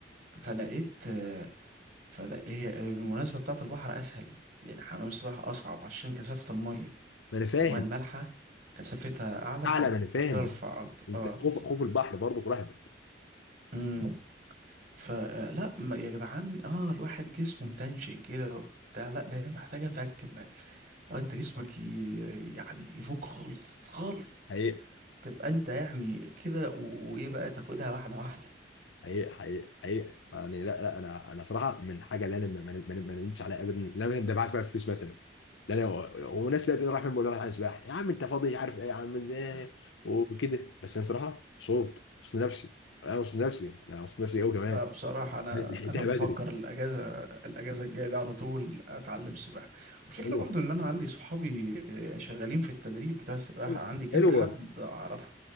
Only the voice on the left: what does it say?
ما انا فاهم
اعلى
ما انا فاهم بس
انت
خوف خوف البحر برضه في رهبك
حقيقة
حقيقة حقيقة حقيقة فيعني لا لا انا انا صراحة من حاجة اللي انا ما ما- ما- ما ندمتش عليها ابدا لا انا دفعت فيها فلوس مثلا لا انا وناس لقيت انه راح فين بقول له راح على سباحة يا عم انت فاضي عارف ايه يا عم ازاي وكده بس انا صراحة مبسوط مبسوط من نفسي انا مبسوط من نفسي انا مبسوط من نفسي قوي كمان
لحقتها
بدري
حلوة
حلوة
حلوة